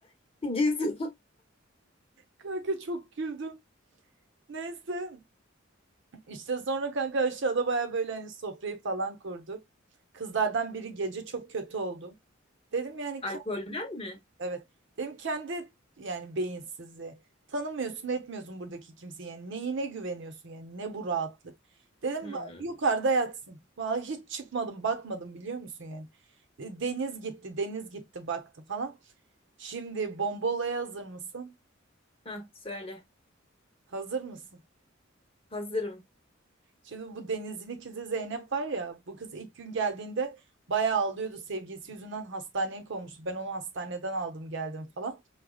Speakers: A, on the left; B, on the right.
A: Gizli.
B: Kanka çok güldüm. Neyse. İşte sonra kanka aşağıda baya böyle hani sofrayı falan kurduk. Kızlardan biri gece çok kötü oldu. Dedim yani
A: Alkolden mi?
B: Evet. Dedim kendi yani beyinsizliği. Tanımıyorsun, etmiyorsun buradaki kimseyi. Yani neyine güveniyorsun yani? Ne bu rahatlık? Dedim
A: Hmm.
B: "Ba- yukarıda yatsın. Vallahi hiç çıkmadım, bakmadım biliyor musun yani? E, Deniz gitti, deniz gitti baktı falan. Şimdi bomba olaya hazır mısın?
A: Hah, söyle.
B: Hazır mısın?
A: Hazırım.
B: Şimdi bu Deniz'in ikizi Zeynep var ya, bu kız ilk gün geldiğinde bayağı ağlıyordu. Sevgilisi yüzünden hastaneye konmuştu. Ben onu hastaneden aldım geldim falan.